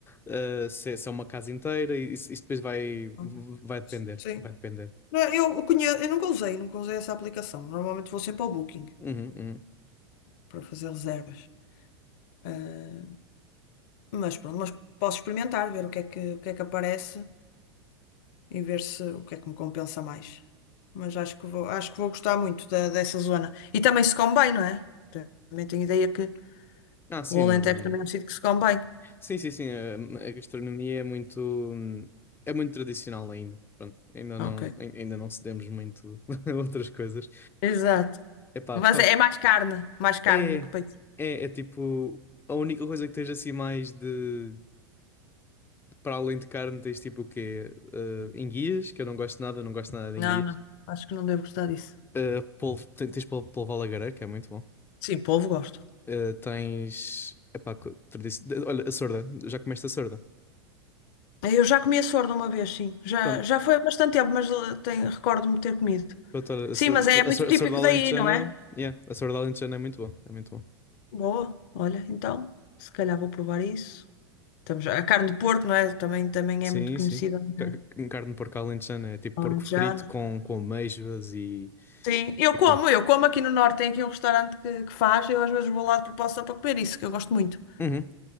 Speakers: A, on the left (about 15°); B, on the left (about 45°).
A: ah, se, é, se é uma casa inteira, e isso, isso depois vai,
B: Uhum.
A: vai depender,
B: Sim.
A: vai depender.
B: Não, Eu eu conheço, eu nunca usei, nunca usei essa aplicação. Normalmente vou sempre ao Booking
A: Uhum, uhum.
B: para fazer reservas. Eh, Mas pronto, mas posso experimentar, ver o que é que, o que é que aparece. e ver se o que é que me compensa mais. Mas acho que vou, acho que vou gostar muito da- dessa zona. E também se come bem, não é? Também tenho ideia que
A: Ah, sim,
B: o Alentejo
A: não.
B: também é um sítio que se come bem.
A: Sim, sim, sim, a, a gastronomia é muito, hum, é muito tradicional ainda, pronto, ainda
B: Ok.
A: não, ai- ainda não cedemos muito <laughs> a outras coisas.
B: Exato.
A: Epá,
B: Mas
A: pronto.
B: é, é mais carne, mais carne
A: É,
B: do que peixe.
A: é, é tipo, a única coisa que tens assim mais de, para além de carne, tens tipo o quê? Eh, enguias, que eu não gosto nada, não gosto nada de
B: Não,
A: enguias.
B: não. Acho que não devo gostar disso.
A: Eh, polvo, ten- tens polvo, polvo à lagareira, que é muito bom.
B: Sim, polvo gosto.
A: Eh, tens, epá, co- tradici- de- olha, a sorda, já comeste a sorda.
B: Eu já comi a sorda uma vez, sim. Já,
A: Pronto,
B: já foi há bastante tempo, mas eh, tenho- recordo-me de ter comido.
A: pronto, olha, a,
B: Sim,
A: so-
B: mas é
A: a
B: muito
A: sor-
B: típico
A: a sorda alentejana,
B: daí, não é?
A: yeah, a sorda alentejana é muito bom, é muito bom.
B: Boa. Olha, então, se calhar vou provar isso. Estamos, a carne de porco, não é? Também, também
A: Sim,
B: é muito conhecida,
A: sim. Ca-
B: não é?
A: ca- Carne de porco alentejana é tipo porco
B: Alentejana.
A: frito com, com amêijoas e...
B: Sim, eu
A: e
B: como,
A: pronto.
B: eu como aqui no Norte, tem aqui um restaurante que, que faz, eu às vezes vou lá de propósito só para comer isso, que eu gosto muito.
A: Uhum.